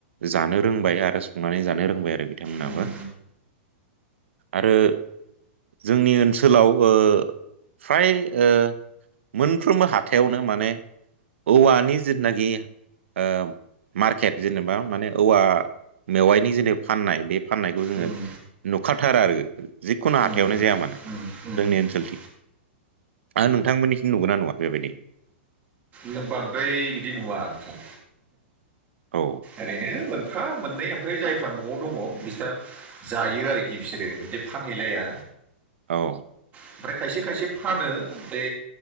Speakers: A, on the right (about 80°); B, on the right (about 25°).
A: जानो रोंबाय आरो संनानै जानो रोंबाय आरो बिथांमोनहाबो।
B: उम
A: आरो जोंनि ओनसोलाव ओ फ्राय ओ मोनफ्रोमबो हाथायावनो माने औवानि जिथुनाखि ओ मार्कट जेनेबा माने औवा मेवायनि जेने फाननाय बे फाननायखौ जोङो
B: उम
A: नुखाथारा आरो। जिखुनु हाथायावनो
B: उम उम
A: जाया मानो
B: उम
A: जोंनि
B: उम
A: ओनसोलथिं।
B: उम
A: आरो नोंथांमोननिथिं नुगोनना नुवा बेबायदि?
B: नों बांद्राय बिदि नुवा नोंथां।
A: औ
B: ओरैनो मोनफा मोननै ओमफ्राय जायफ्रा न'आव दङ बिस्रा जायो आरोखि बिसोरो बिदि फानहैलाया।
A: औ।
B: ओमफ्राय खायसे खायसे फानो बे